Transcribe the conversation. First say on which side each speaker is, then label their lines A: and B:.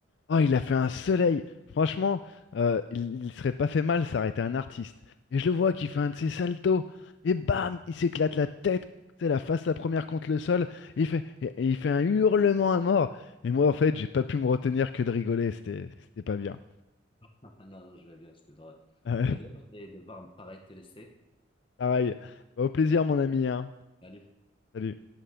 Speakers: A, on the left; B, on the left.
A: Oh, il a fait un soleil. Franchement, euh, il, il serait pas fait mal s'arrêter un artiste. Et je le vois qui fait un de ses saltos. Et bam, il s'éclate la tête, c'est la face la première contre le sol. Et il fait, et- et il fait un hurlement à mort. Et moi, en fait, j'ai pas pu me retenir que de rigoler. C'était, c'était pas bien.
B: Ah, Non, non, je vais bien, c'était drôle.
A: <laughs> Euh,
B: Mais d'ailleurs, je vais devoir me paraître te laisser.
A: pareil. Bah, au plaisir, mon ami, hein.
B: Salut.
A: Salut.